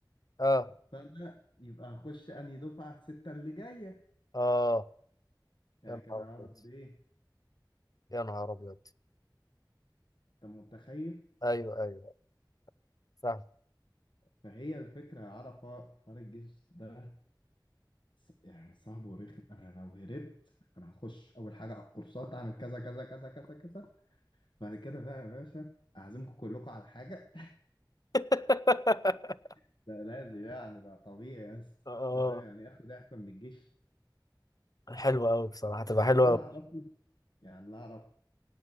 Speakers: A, on the left; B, on the left.
A: اه
B: فأنا يبقى هخش أنهي دفعة ستة اللي جاية
A: اه
B: يعني
A: يا نهار
B: كده هقعد
A: ابيض
B: قد إيه؟
A: يا نهار ابيض
B: أنت متخيل؟
A: ايوه ايوه فاهم
B: فهي الفكرة عرفة حوار الجيش ده ص- يعني صعب ورخم أنا لو هربت أنا هخش أول حاجة على الكورسات أعمل كذا كذا كذا كذا كذا بعد كده بقى يا باشا أعزمكم كلكم على حاجة
A: <laughs>
B: <laughs> ده لازم يعني ده طبيعي يا اسطى
A: اه
B: أنت فاهم يعني إيه آخد إعفاء من الجيش
A: حلوة قوي بصراحة تبقى حلوة
B: اللي
A: قوي
B: أنا أعرفه يعني اللي أعرفه